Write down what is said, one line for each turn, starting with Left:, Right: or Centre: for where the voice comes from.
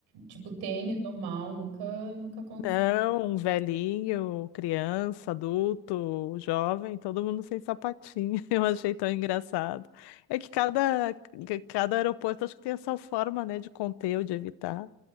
Right: tipo, tênis normal, nunca, nunca aconteceu.
Left: Não, um velhinho, criança, adulto, jovem, todo mundo sem sapatinho. <laughs> Eu achei tão engraçado. É que cada, ca- cada aeroporto acho que tem essa forma, né, de conter ou de evitar.